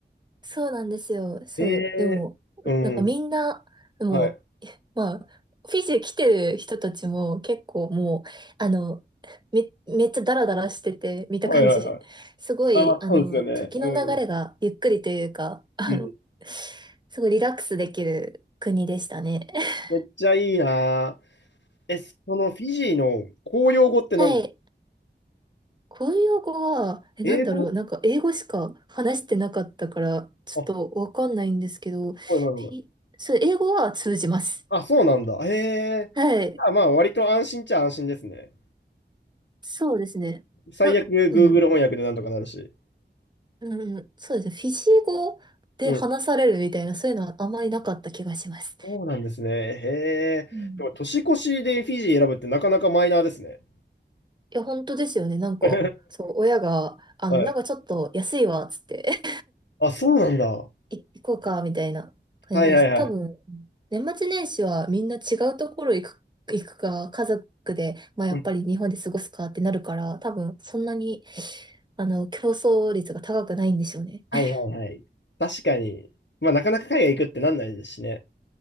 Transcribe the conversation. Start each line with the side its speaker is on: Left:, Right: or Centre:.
Right: そうなんですよ。そう。
Left: へ
Right: でも、
Left: え。うん。
Right: なんかみんな、でも、
Left: はい。
Right: <laughs> まあ、フィジー来てる人たちも結構もう、あの、め、めっちゃダラダラしてて、見た感じ。
Left: はいはいはい。
Right: <laughs> すごい、
Left: あ、まあ、
Right: あの、
Left: そうですよね。
Right: 時の流れがゆっくりというか、
Left: うん。
Right: <laughs> あの、
Left: うん。
Right: すごいリラックスできる国でしたね。<laughs>
Left: めっちゃいいなぁ。え、そのフィジーの公用語って何だ
Right: はい。公用語は、え、
Left: 英語
Right: なんだろう、なんか英語しか話してなかったから、ちょっとわかんないんですけど、
Left: あ、は
Right: フ
Left: いはいはい。
Right: ィそう、英語は通じます。
Left: あ、そうなんだ。へえ。
Right: はい。
Left: あ、まあ、割と安心っちゃ安心ですね。
Right: そうですね。
Left: 最悪、
Right: あ、
Left: Google
Right: うん、
Left: 翻訳でなんとかなるし。
Right: うん、そうですね。フィジー語で話されるみたいな、
Left: うん。
Right: そういうのはあまりなかった気がします。
Left: そうなんですね。へえ。
Right: うん。
Left: でも、年越しでフィジー選ぶってなかなかマイナーですね。
Right: いや、本当ですよね。なんか、
Left: <laughs>
Right: そう、親が、あの、
Left: はい。
Right: なんかちょっと安いわ、つって
Left: あ、そうなんだ。
Right: <laughs> い行こうか、みたいな感じです。
Left: はいはいはい。
Right: 多分、年末年始はみんな違うところ行く、行くか、家族で、まあやっぱり日本で過ごすかってなるから、
Left: うん
Right: 多分そんなに、あの、競争率が高くないんでしょうね。
Left: はいはいはい。
Right: <laughs>
Left: 確かに。まあ、なかなか海外行くってなんないですしね。